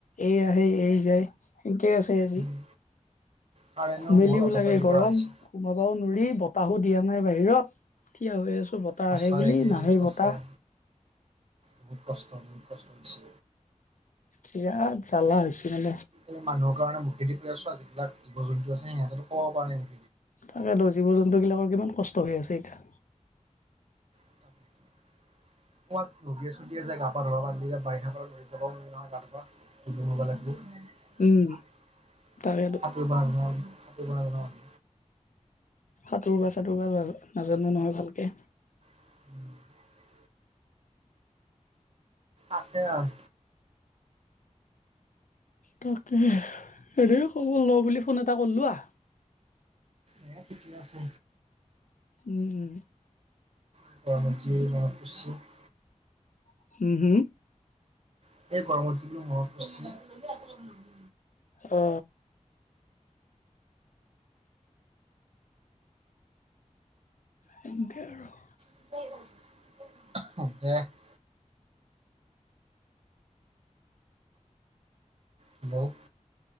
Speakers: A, on the left; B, on the right.
A: এ আহে এ যায়। সেনেকে আছে আজি
B: উম কাৰেণ্টেও
A: ঘুমেলিও
B: বহুত অটপালি
A: লাগে গৰম।
B: কৰা হৈছে
A: ঘুমাবাও নোৱাৰি বতাহো দিয়া নাই বাহিৰত থিয় হৈ আছোঁ বতাহ
B: সঁচাই
A: আহে বুলি
B: দেই
A: নাহে
B: সঁচাই
A: বতাহ।
B: বহুত কষ্ট বহুত কষ্ট হৈছে।
A: বিৰাত জ্বালা হৈছে মানে।
B: এই মানুহ কাৰণে মুখেদি কৰি আছো আৰু যিবিলাক জীৱ জন্তু আছে সিহঁতেটো ক'ব পৰা নাই।
A: তাকেতো জীৱ জন্তু বিলাকৰ কিমান কষ্ট হৈ আছে এতিয়া।
B: <inaudible> কৰবাত নদীয়ে চদীয়ে যায় গা ধুবা পৰিলি যে বাৰিষা পৰাও নোৱাৰি নহয় গা ধুব। <unintelligible> লাগিব সাঁতুৰিব
A: উম তাকেতো
B: নজনা সাঁতুৰিব নজনা মানুহ।
A: সাঁতুৰিব চাঁতুৰিব নাজানো নহয় ভালকে।
B: <inaudible> আছে আৰু।
A: তাকেহে, এনে খবৰ লওঁ বুলি ফোন এটা কৰিলোঁ আ।
B: এ, ঠিকে আছে।
A: উম, উম।
B: <unintelligible>
A: উম, হুম, হুম।
B: <unintelligible>
A: অ। <unintelligible>
B: <unintelligible> হেল্ল'!